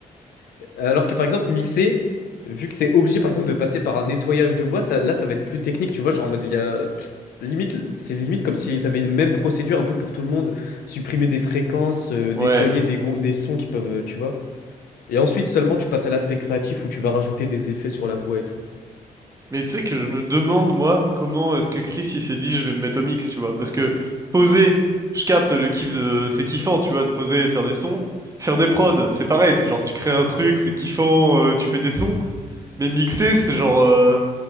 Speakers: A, on the left; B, on the right.
A: vois. Alors que par exemple, mixer, vu que t'es obligé, par exemple, de passer par un nettoyage de voix, ça, là, ça va être plus technique, tu vois, genre en mode, il y a, pff, limite, c'est limite comme si t'avais une même procédure un peu pour tout le monde, supprimer des fréquences, euh,
B: Ouais.
A: nettoyer des gros, des sons qui peuvent, euh, tu vois. Et ensuite seulement tu passes à l'aspect créatif où tu vas rajouter des effets sur la voix et tout.
B: Mais tu sais que je me demande, moi, comment est-ce que Chris il s'est dit je vais me mettre au mix, tu vois. Parce que poser, je capte le kiff de. C'est kiffant, tu vois, de poser et de faire des sons. Faire des prods, c'est pareil, c'est genre tu crées un truc, c'est kiffant, euh, tu fais des sons. Mais mixer, c'est genre. euh,